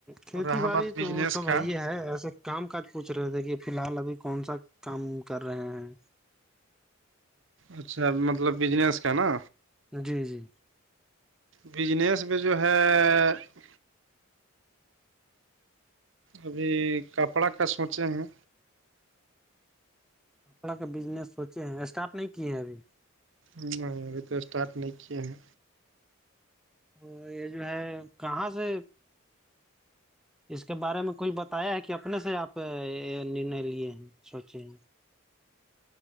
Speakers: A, in the centre; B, on the right.
A: کھیتی
B: اور رہا
A: باڑی
B: بات بجنس
A: تو سب
B: کا
A: وہی ہے ایسے کام کاج پوچھ رہے تھے کہ فی الحال ابھی کون سا کام کر رہے ہیں
B: اچھا مطلب بجنس کا نا
A: جی جی
B: بجنس میں جو ہے ہ ابھی کپڑا کا سوچے ہیں
A: طڑح کے بزنس سوچے ہیں اسٹارٹ نہیں کیے ہیں ابھی
B: نہیں ابھی تو اسٹارٹ نہیں کیے ہیں
A: تو یہ جو ہے کہاں سے اس کے بارے میں کوئی بتایا ہے کہ اپنے سے آپ نرنے لیے ہیں سوچے